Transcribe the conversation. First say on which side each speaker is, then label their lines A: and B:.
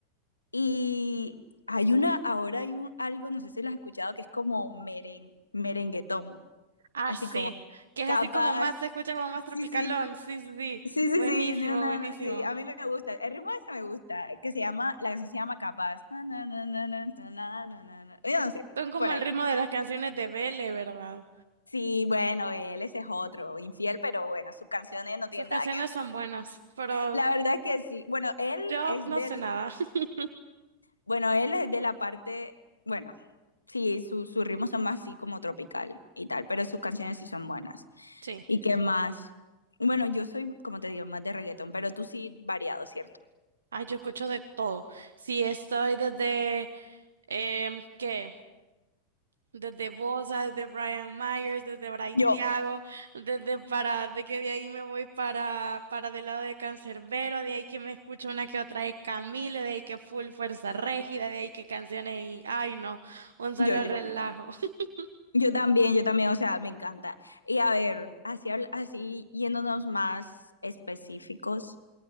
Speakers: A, on the left; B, on the right.
A: y hay una, ahora hay un, algo, no sé si lo has escuchado, que es como meren, merenguetón,
B: Ah,
A: así
B: sí.
A: como
B: Que es
A: capas,
B: así como más, se escucha como más tropicalón.
A: sí, sí,
B: Sí, sí, sí.
A: sí, sí,
B: Buenísimo,
A: sí, no, no,
B: buenísimo.
A: no, sí, a mí me gusta, el ritmo ese me gusta, que se llama, la canción se llama capas, na, na, na, na, na, na, na, na, na. na. yo no sé,
B: Son como
A: por ahí.
B: el ritmo de las canciones de Belle, ¿verdad?
A: Sí, bueno, él ese es otro, infiel, pero bueno, sus canciones no
B: Sus
A: tienen
B: canciones
A: nada que
B: son buenas, pero
A: La verdad que sí. Bueno, él
B: yo
A: es
B: no
A: del,
B: sé nada. <laughs>
A: bueno, él es de la parte, bueno, sí, sus su sus ritmos son más así como tropical y tal, pero sus canciones sí son buenas.
B: Sí.
A: ¿Y qué más? Bueno, yo soy, como te digo, más de reggaetón, pero tú sí variado, ¿cierto?
B: Ay, yo escucho de todo. Sí, estoy desde, eh, ¿qué? Desde Bosa, desde Brian Myers, desde Bray
A: Yo,
B: Thiago, desde para, de que de ahí me voy para, para del lado de Cancerbero, de ahí que me escucho una que otra de Camilo, de ahí que Full Fuerza Régida, de ahí que canciones y, ay no, un
A: yo,
B: solo
A: yo.
B: relajo. <laughs>
A: Yo también, yo también, o sea, me encanta. Y a ver, así, habl- así yéndonos más específicos,